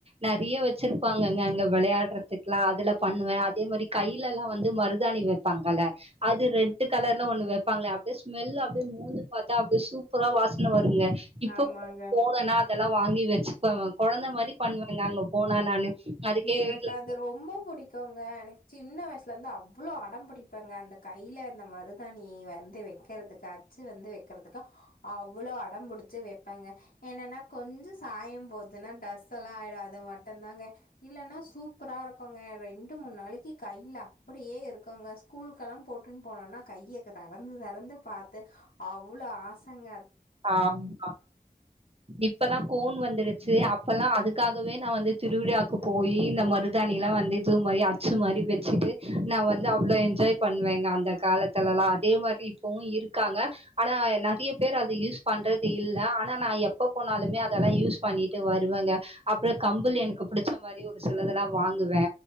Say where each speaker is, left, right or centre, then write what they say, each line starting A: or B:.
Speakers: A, on the right; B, on the left.
A: நெறைய வச்சிருப்பாங்கங்க அங்க விளையாடுறதுக்குல்லா அதுல பண்ணுவே அதே மாரி கையில எல்லா வந்து மருதாணி வைப்பாங்கல அது ரெட்டு் கலர்ல ஒண்ணு வைப்பாங்களே அப்டியே ஸ்மெல் அப்டியே மூந்து பாத் ச்சா அப்டியே சூப்பரா வாசனை வருங்க இப்ப
B: ஆமாங்க.
A: கூட போனோனா அதெல்லா வாங்கி வச்சுப்ப கொழந்தை மாரி பண்ணுவாங்காங்க போனா நானு அதுக்கே
B: எனக்கு
A: வீட்ல
B: அது ரொம்ப புடிக்குங்க எனக்கு சின்ன வயசுல லருந்து அவ்ளோ அடம்பிடி ப்பங்க அந்த கையில அந்த மருத் தாணி வந்து வெக் வெக்கறதுக்கு அச்சு வந்து வெக்கறதுக்கு அவ்ளோ அடம் புடிச்சு வெப்பங்க என்னன்னா கொஞ்ச சாயம் போதுன்னா டிரஸ்ஸெல்லா ஆயிடு அது மட்டு தாங்க இல்லன்னா சூப்பராருக்கு ங்க ரெண்டு மூணு நாளைக்கு கையில அப்டியே இருக்குங்க ஸ்கூலுக்கெல்லா போட் டுன்னு போனோன்னா கைய <unintelligible> தெறந்து தெறந்து பாத்து அவ்ளோ ஆசங்க
A: ஆமா இப்பதா கோ வந்துருச்சு அப்பல்லா அது காகவே நா வந்து திருவிழாக்கு போயி இந்த மருதாணிலா வந்து இது மாரி அச்சு மாரி வச்சுட்டு நா வந்து அவ்ளோ என்ஜாய் பண்ணுவேங்க அந்த காலத்துலலா அதே மாரி இப்பவு இருக்காங்க ஆனா நெறைய பேர் இத யூஸ் பண்றது இல்ல ஆனா நா எப்ப போனாலுமே அதெல்லா யூஸ் பண்ணிட்டு வருவேங்க அப்பற கம்பல் எனக்கு பிடிச்ச மாரி ஒரு சிலதெல்லா வாங்குவே